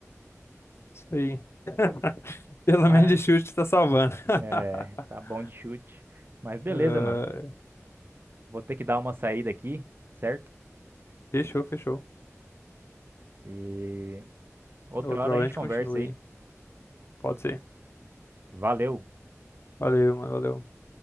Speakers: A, on the left; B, on the right.
A: Isso aí. <laughs> Pelo
B: Mas
A: menos de chute tá salvando. <laughs>
B: é, tá bom de chute. Mas beleza,
A: Ah,
B: mano. Vou ter que dar uma saída aqui, certo?
A: fechou, fechou.
B: E outra
A: Outra
B: hora
A: hora
B: a gente
A: a gente
B: conversa
A: continua aí.
B: aí.
A: Pode ser.
B: Valeu.
A: Valeu, mano. Valeu.